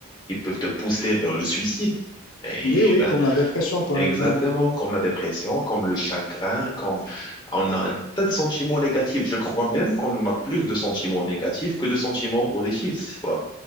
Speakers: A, on the left (about 20°); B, on the left (about 80°).
A: qui peuvent te pousser vers le suicide. Et
B: oui, oui,
A: ben,
B: comme la dépression, par
A: exactement,
B: exemple. Oui,
A: comme la dépression, comme le chagrin, comme on a un tas de sentiments négatifs. Je crois même qu'on a plus de sentiments négatifs que de sentiments positifs, quoi.